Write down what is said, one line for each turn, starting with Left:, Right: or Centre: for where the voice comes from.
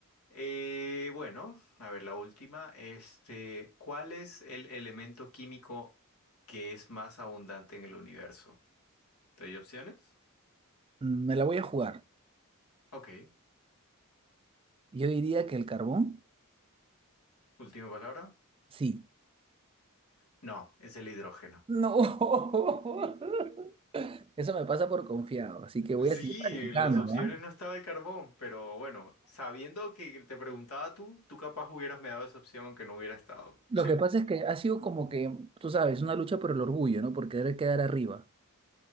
Left: Eh, bueno, a ver, la última. Este, ¿cuál es el elemento químico que es más abundante en el universo? ¿Te doy opciones?
Right: Mm, Me la voy a jugar.
Left: Ok.
Right: Yo diría que el carbón,
Left: Última palabra.
Right: sí.
Left: No, es el hidrógeno.
Right: No. <laughs> Eso me pasa por confiado, así que voy
Left: Sí,
Right: a seguir practicando,
Left: en las opciones
Right: ¿ah?
Left: no estaba el carbón, pero bueno, sabiendo que te preguntaba tú, tú capaz hubieras me dado esa opción aunque no hubiera estado.
Right: Lo
Left: <laughs>
Right: que pasa es que ha sido como que, tú sabes, una lucha por el orgullo, ¿no? Por querer quedar arriba.